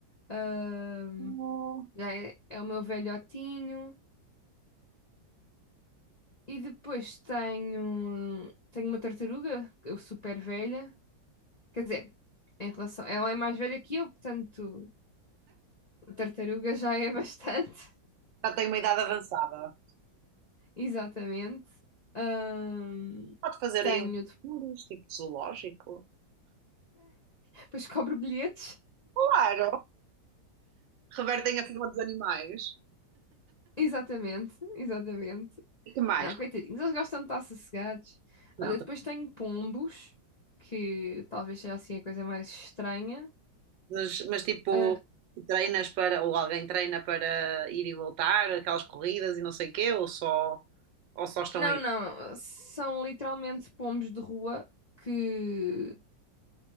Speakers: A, on the left; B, on the right.
A: hum,
B: Oh,
A: já é, é o meu velhotinho. E depois tenho, tenho uma tartaruga, eu super velha. Quer dizer, em relação, ela é mais velha que eu, portanto, a tartaruga já é <laughs> bastante.
B: Já tenho uma idade avançada.
A: Exatamente. Ahm,
B: Pode fazer
A: tenho.
B: aí uns
A: de-
B: tours, tipo zoológico.
A: Depois cobro bilhetes.
B: Claro, revertem a favor dos animais.
A: Exatamente, exatamente.
B: E que mais?
A: Não, coitadinhos, eles gostam de estar sossegados.
B: Não,
A: Olha, depois tenho pombos, que talvez seja assim a coisa mais estranha.
B: mas, mas tipo,
A: Ah,
B: treinas para, ou alguém treina para ir e voltar, aquelas corridas e não sei o quê, ou só, ou só estão
A: não,
B: aí.
A: não, são literalmente pombos de rua que